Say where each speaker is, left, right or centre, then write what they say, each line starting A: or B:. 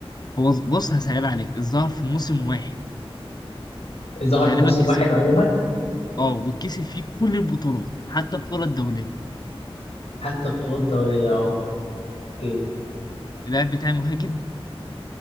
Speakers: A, on the left; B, on the left.
A: هو ز- بص هسهل عليك الظاهر في موسم واحد
B: ظهر
A: تقريبا
B: في موسم
A: كسب
B: واحد عموما
A: اه وكسب فيه كل البطولات حتى البطولة الدولية
B: حتى بطولات دولية اه اوكي
A: اللاعب بتاعي مهاجم